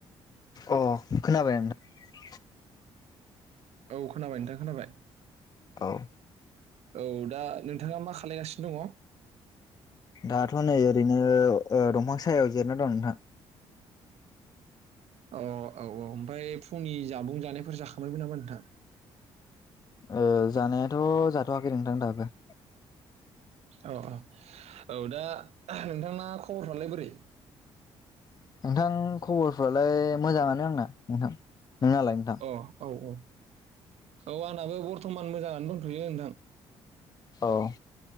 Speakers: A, on the left; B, on the right.
A: अ खोनाबाय नोंथां
B: औ खोनाबाय नोंथां खोनाबाय।
A: नोंथां औ
B: औ दा नोंथाङा मा खालायगासिनो दङ
A: दाथ' नै ओरैनो ओह दंफां सायाव जिरायना दं नोंथां।
B: औ औ औ ओमफ्राय फुंनि जाबुं जानायफोर जाखांबायबो नामा नोंथां?
A: ओ जानायाथ' जाथ'वाखै नोंथां दाबो
B: औ औ औ दा नोंथांना खबरफ्रालाय बोरै?
A: नोंथां खबरफ्रालाय मोजाङानो आंना नोंथां नोंनालाय नोंथां
B: अ औ औ औ आंनाबो बर्थमान मोजाङानो दंथ'यो नोंथां।
A: औ